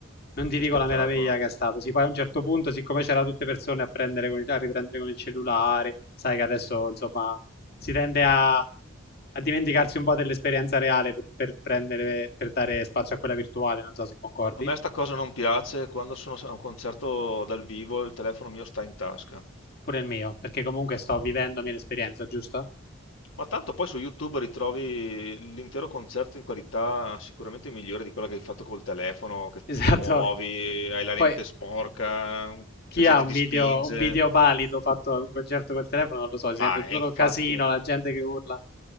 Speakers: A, on the left (about 50°); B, on the left (about 75°).
A: Non
B: Che
A: ti dico
B: spettacolo.
A: la meraviglia che è stato. Sì, poi a un certo punto, siccome c'erano tutte persone a prendere con il, a riprendere con il cellulare, sai che adesso, insomma, si tende a a dimenticarsi un po' dell'esperienza reale per, per prendere, per dare spazio a quella virtuale, non so se concordi,
B: A me sta cosa non piace, quando sono a un concerto dal vivo il telefono mio sta in tasca.
A: pure il mio, perché comunque sto vivendomi l'esperienza, giusto?
B: Ma tanto poi su YouTube ritrovi l'intero concerto in qualità sicuramente migliore di quella
A: <laughs>
B: che hai fatto col telefono, che
A: Esatto.
B: ti muovi, hai la lente
A: Poi
B: sporca, la
A: chi
B: gente
A: ha un
B: ti
A: video,
B: spinge.
A: un video valido fatto ad un concerto col telefono, non lo so, si
B: Ma
A: sente tutto
B: eh, infatti...
A: il casino, la gente che urla.